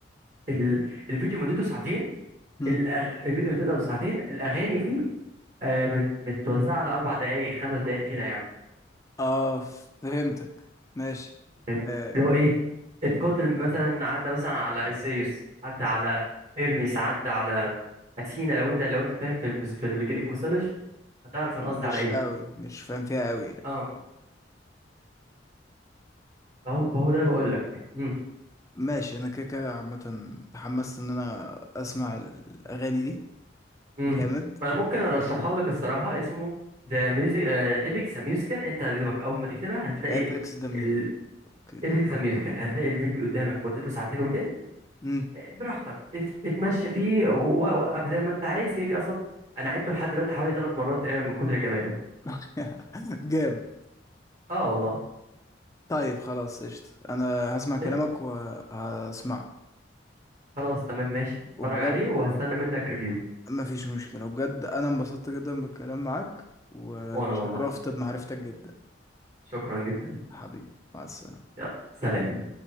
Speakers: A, on the right (about 45°); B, on the left (about 15°).
A: ال- الفيديو مدته ساعتين
B: مم.
A: الأغ... الفيديو بتبدأ ساعتين الأغاني فيه آه مت... متوزعة على أربع دقايق خمس دقايق كده يعني
B: اه فهمتك ماشي
A: فهمت
B: آه
A: اللي هو إيه اتقاتل مثلا عدى مثلا على إزيوس عدى على إرميس عدى على أثينا لو أنت لو أنت فاهم في المس... في الجريك ميثولوجي هتعرف
B: مش
A: أنا قصدي على إيه
B: قوي مش فاهم فيها قوي يعني.
A: أه فهو فهو ده بقول لك امم
B: ماشي انا كده كده عامة اتحمست ان انا اسمع الاغاني دي
A: امم
B: جامد
A: فأنا ممكن أرشحها لك الصراحة اسمه ذا ميوزك ايبكس ميوزيكال أنت هتدوبك أول ما تكتبها هتلاقي
B: ابيكس ذا ميوزك
A: ال...
B: اوكي
A: ايبكس ميوزيكال هتلاقي الفيديو قدامك مدته ساعتين وتلت
B: مم.
A: براحتك انت اتمشى فيه ووقف زي ما انت عايز كده كده اصلا انا عدته لحد دلوقتي حوالي ثلاث مرات تقريبا من كتر جماله
B: <laughs> جامد
A: اه والله
B: طيب خلاص قشطة انا هسمع كلامك
A: ات-
B: وهسمعه
A: خلاص تمام ماشي اتفرج
B: وبجد
A: عليه وهستنى منك ريفيو
B: مفيش مشكلة بجد أنا انبسطت جدا بالكلام معاك واتشرفت
A: وانا والله
B: بمعرفتك جدا
A: شكرا جدا
B: حبيبي مع السلامة
A: يلا سلام